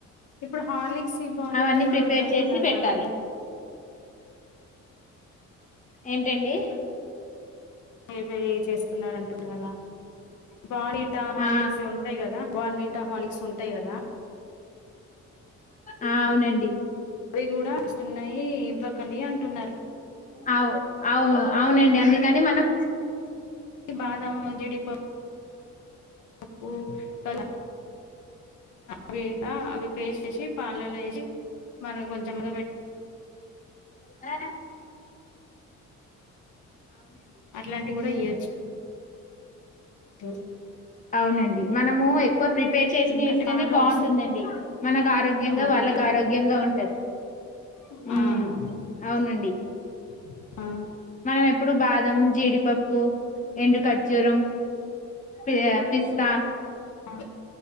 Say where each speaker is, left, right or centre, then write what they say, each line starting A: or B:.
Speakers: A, on the left; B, on the left.
A: ఇప్పుడు హార్లిక్ క్స్ బోర్న్విటా
B: అవన్నీ
A: గూడా
B: ప్రిపేర్
A: వద్దంటున్నారు
B: చేసి పెట్టాలి
A: కదా అండి.
B: ఏంటండీ
A: ఇవెయ్య్ చేస్తున్నారు అంట గదా. బోర్న్విటా, హార్లిక్స్
B: ఆ
A: ఇవి ఉంటయి గదా. బోర్న్విటా, హార్లిక్స్ ఉంటయి గదా.
B: ఆ అవునండి.
A: అవి కూడా ఉన్నాయి ఇవ్వకండి అంటున్నా
B: అవు అవు అవునండి అందుకని మనం
A: బాదం జీడిప ప్పు కలా అవి ఆ అవి పేస్ట్ ఎసి పాలలో వేసి మరి కొంచెం ఉడకబెట్టి
B: రా రా
A: అట్లాంటి కూడా ఇ త
B: అవునండి మనము ఎక్కువ ప్రిపేర్ చేసినయి
A: ఎందుకంటే
B: ఇస్తేనే
A: పాలు
B: బాగుంటుందండి.
A: అవసరం
B: మనకు ఆరోగ్యంగా
A: కదా
B: వాళ్ళకు
A: పిల్ల
B: ఆరోగ్యంగా ఉంటది.
A: ఆ
B: ఉమ్ అవునండి
A: ఆ
B: మనం ఎప్పుడు బాదం జీడిపప్పు ఎండు క ఖర్జూరం పి పిస్తా
A: అ